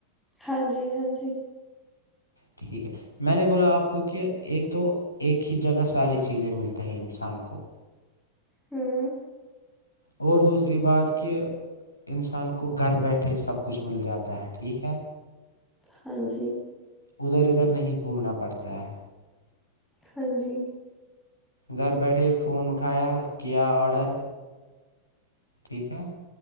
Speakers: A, in the centre; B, on the left (about 85°).
A: ہاں جی ہاں جی-
B: ٹھیک ہے میں نے بولا آپ کو کہ ایک تو ایک ہی جگہ ساری چیزیں ملتے ہیں انسان کو-
A: ہوں
B: اور دوسری بات کہ- انسان کو گھر بیٹھے سب کچھ مل جاتا ہے ٹھیک ہے-
A: ہاں جی-
B: ادھر ادھر نہیں گھومنا پڑتا ہے-
A: ہاں جی-
B: گھر بیٹھے فون اٹھایا کیا آرڈر- ٹھیک ہے